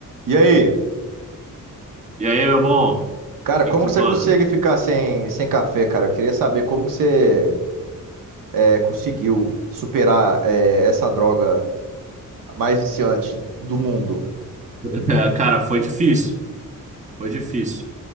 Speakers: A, on the right; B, on the right.
A: E aí,
B: E aí, meu bom? O
A: cara,
B: que
A: como
B: que tu
A: que
B: manda?
A: você consegue ficar sem, sem café, cara? Eu queria saber como que você é, conseguiu superar é, essa droga mais viciante do mundo.
B: <laughs> É, cara, foi difícil. Foi difícil.